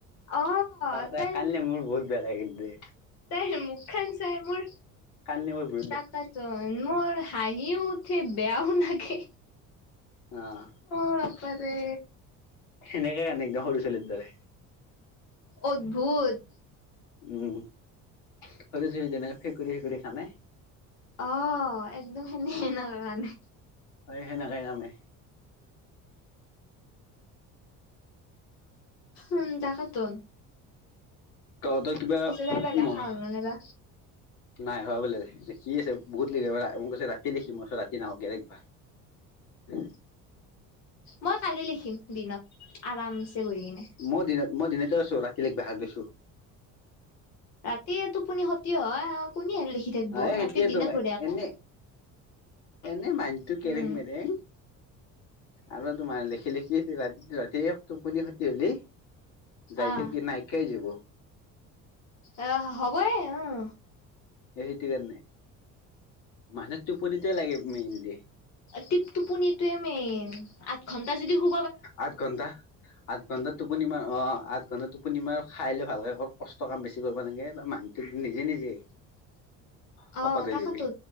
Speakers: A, on the left; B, on the left.
A: অ
B: তাই
A: তাৰ
B: কান্দিলে মোৰ বহুত বেয়া লাগে কিন্তু দেই।
A: তাই মুখান চাই মোৰ
B: কান্দি <inaudible>
A: তাকে তোন মোৰ হাঁহিও উঠে বেয়াও লাগে।
B: আহ।
A: অ আপা ৰে।
B: হেনেকে কান্দে একদম সৰু ছলীৰ দৰে।
A: অদ্ভুত।
B: উম, সৰু ছোৱালী যেনেকে ফেকুৰী ফেকুৰী কান্দে।
A: অ একদম সেনে হেণকা কান্দে।
B: হয় সেনেকেই কান্দে।
A: উম তাকেটোন।
B: তহঁতক কিবা
A: তাই বা লেখা
B: মহ
A: হ'ল নে নাইবা
B: নাই হোৱা বোলে, লিখি আছে বহুত লিখিব পৰা মোক কৈছে ৰাতিয়ে লিখিম মই কৈছো ৰাতি নালাগে লিখবা। <inaudible>
A: মই কালি লিখিম দিনত আৰামছে বহি কিনে।
B: মইও দিনত মই দিনতে আছো ৰাতিলাগি বাহিৰত গৈছো।
A: ৰাতি এ টোপনি খতি হয় আৰু কোনি হেয়া লিখি থাকিব
B: অ সেইটোয়েতো
A: তাতকে দিনত বঢ়িয়াকে
B: এনে এনে মাইন্ডটো কেৰেং
A: উম
B: মেৰেং আৰু তোমাৰ লিখি লিখি কি ৰাতি ৰাতি এক টোপনি খতি হলি যাই
A: আহ
B: থাকি নাইকিয়াই হৈ যাব।
A: এ হ'বয়ে অহ।
B: এ সেইটো কাৰণে, মানুহক টোপনিটোয়ে লাগে মেইনলি।
A: টিপ টোপনিটোয়ে মেইন আঠ ঘন্টা যদি শু
B: আঠ ঘন্টা, আঠ আঠ ঘণ্টা টোপনি মাৰ অ আঠ ঘন্টা টোপনি মাৰ খাই লে ভালকে কষ্ট কাম বছি কৰিব নোলাগে মানে। টো নিজে নিজে।
A: <unintelligible>
B: শকত
A: অ
B: হৈ
A: তাকেতো
B: যাবি